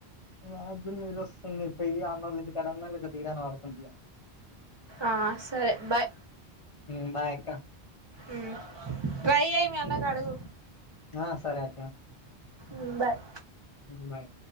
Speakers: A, on the left (about 40°); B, on the right (about 30°).
A: నా గూడా నిద్ర వస్తాంది పోయి అన్నోళ్ళ ఇంటికాడన్న లేకపోతే ఇడైనా పడుకుంట ఇగ
B: ఆ సరే బాయ్
A: మ్ బాయ్ అక్క
B: ఉమ్ ట్రై చెయ్ మీ అన్నకు అడుగు
A: ఆ సరే అక్కా
B: ఉమ్ బాయ్
A: ఉమ్ బాయ్